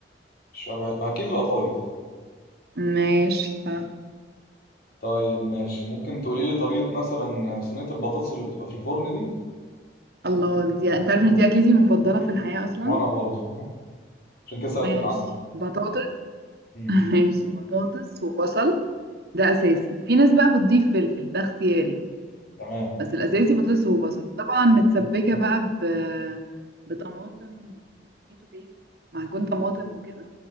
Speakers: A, on the left; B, on the right.
A: شبه اكيد القطايف
B: ماشي صح
A: طيب ماشي ممكن تقولي لي طريقة مثلا صينية البطاطس اللي بتبقى في الفرن دي
B: الله دي انت عارف ان دي اكلتي المفضلة في الحياة اصلا
A: وانا برضه عشان كده سألتك
B: ماشي
A: عنها
B: بطاطس
A: مم.
B: <laughs> ماشي بطاطس وبصل ده اساسي في ناس بقى بتضيف فلفل ده اختياري
A: تمام
B: بس الاساسي بطاطس وبصل طبعا متسبكه بقى ب... بطماطم وتوميتو بيست معجون طماطم وكده